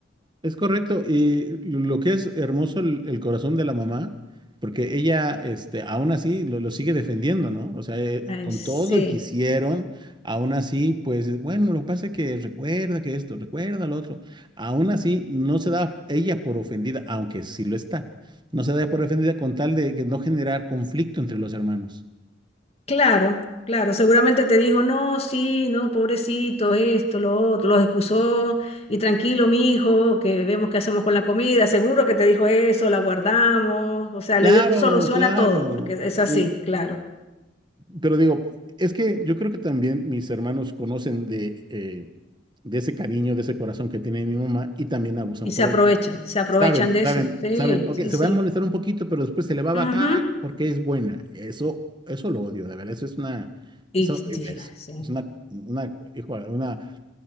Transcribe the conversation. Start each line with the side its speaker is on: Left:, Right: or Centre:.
Right: Es correcto, y lo lo que es hermoso el, el corazón de la mamá, porque ella, este, aún así lo, lo sigue defendiendo, ¿no? O sea, eh,
Left: Ay,
Right: con
Left: sí.
Right: todo y que hicieron, aún así, pues, bueno, lo que pasa es que recuerda que esto, recuerda lo otro. Aún así, no se da ella por ofendida, aunque sí lo está. No se da por ofendida con tal de que no generar conflicto entre los hermanos.
Left: Claro, claro, seguramente te dijo, no, sí, no, pobrecito, esto, lo otro, los excusó, y tranquilo, mijo, que vemos qué hacemos con la comida, seguro que te dijo eso, la guardamos, o sea,
Right: Claro,
Left: le dio solución
Right: claro,
Left: a todo, porque es
Right: sí.
Left: así, claro,
Right: pero digo, es que yo creo que también mis hermanos conocen de, eh, de ese cariño, de ese corazón que tiene mi mamá y también abusan
Left: y se
Right: por
Left: aprovechan,
Right: ello.
Left: se aprovechan
Right: Saben,
Left: de
Right: saben,
Left: eso, sí,
Right: saben, ok,
Left: sí,
Right: se
Left: sí.
Right: va a molestar un poquito, pero después se le va a bajar
Left: Ujú.
Right: porque es buena. Eso, eso lo odio, de verdad, eso es una,
Left: Y
Right: es horrible
Left: dije,
Right: eso.
Left: sí.
Right: Es una, una, hijo una,